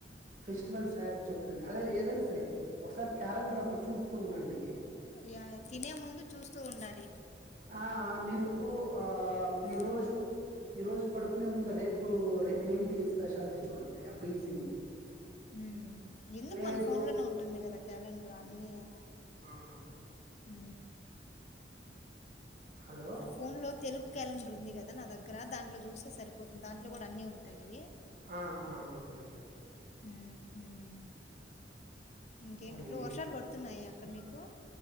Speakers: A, on the right; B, on the left.
A: ఫెస్టివల్స్ చదుకండి అదే ఏదైనా సరే ఒకసారి క్యాలెండర్ అప్పుడు చూస్తూ ఉండండి
B: యా తినే ముందు చూస్తూ ఉండాలి
A: ఆ మీరు ఆ
B: ఆ!
A: ఈరోజు ఈరోజు పడుకునే ముందు రేపు రేపు ఏంటి స్పెషాలిటీ చూడండి అప్పుడు ఈజీ మీకు
B: ఉ ఎందుకు
A: లేదు
B: మన ఫోన్ లోనే ఉంటుంది కదా కాలెండర్ ఆడియా
A: ఆహా
B: ఆ
A: హలో!
B: ఆ ఫోన్ లో తెలుగు క్యాలెండర్ ఉంది కదా నా దగ్గర దాంట్లో చూస్తే సరిపోతుంది దాంట్లో కూడా అన్ని ఉంటాయి.
A: ఆ ఓకే ఓకే
B: ఉమ్ ఉమ్ ఇంకేంటి
A: అది
B: బ్రో ఇప్పుడు వర్షాలు పడుతున్నాయా కమీకు